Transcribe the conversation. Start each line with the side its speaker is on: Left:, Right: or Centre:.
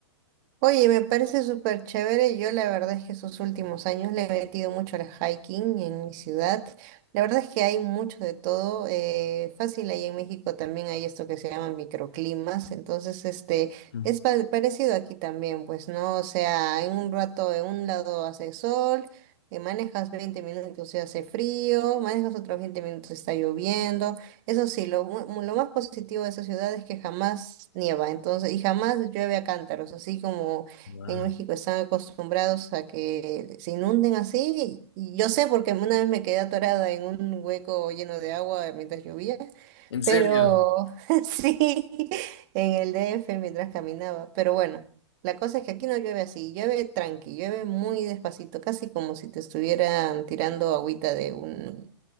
Right: Oye, me parece súper chévere. Yo la verdad es que esos últimos años le he metido mucho al hiking en mi ciudad. La verdad es que hay mucho de todo. eh, fácil, ahí en México también hay esto que se llama microclimas. Entonces, este,
Left: Mm,
Right: es pa- parecido aquí también, pues, ¿no? O sea, en un rato en un lado hace sol, eh, manejas 20 minutos y hace frío, manejas otros 20 minutos y está lloviendo. Eso sí, lo, mu- lo más positivo de esa ciudad es que jamás nieva, entonces, y jamás llueve a cántaros, así como
Left: Wow.
Right: en México están acostumbrados a que se inunden así. Y yo sé porque una vez me quedé atorada en un hueco lleno de agua mientras llovía,
Left: ¿En
Right: pero
Left: serio?
Right: <laughs> sí, en el DF mientras caminaba. Pero bueno, la cosa es que aquí no llueve así, llueve tranqui, llueve muy despacito, casi como si te estuvieran tirando agüita de un,